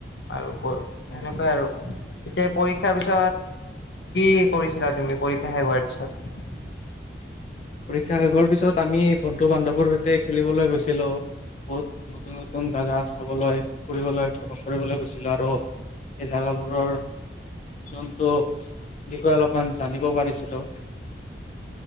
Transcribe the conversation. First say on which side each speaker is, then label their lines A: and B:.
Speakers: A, on the left (about 75°); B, on the left (about 40°).
A: আৰু সেনেকুৱাই
B: উম
A: আৰু পিছে পৰীক্ষাৰ পিছত কি কৰিছিলা তুমি পৰীক্ষা শে হোৱাৰ পিছত <inaudible>
B: পৰীক্ষা শেষৰ পিছত আমি বন্ধু বান্ধৱৰ সৈতে খেলিবলৈ গৈছিলো বহুত নতুন নতুন জাগা চাবলৈ ফুৰিবলৈ ভ্ৰমণ কৰিবলৈ গৈছে ছিলো আৰু সেই জোগাবোৰৰ যোন টো বিষয়ে অলপমান জানিব পাৰিছিলো